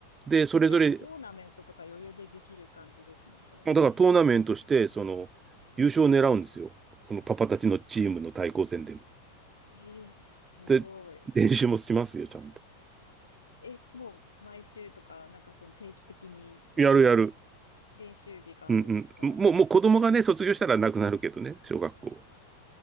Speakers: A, on the right (about 20°); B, on the left (about 75°).
A: で、それぞれ、
B: じゃあもうトーナメントとか余裕でできる感じですね、それだと。
A: だからトーナメントして、その、優勝を狙うんですよ。そのパパたちのチームの対抗戦でも。
B: ええすごい。
A: で、練習もしますよ、ちゃんと。
B: え、もう毎週とか、なんかその定期的に
A: やるやる。
B: 練習日があるんですか
A: うんうん。もう、もう子供がね、卒業したらなくなるけどね、小学校。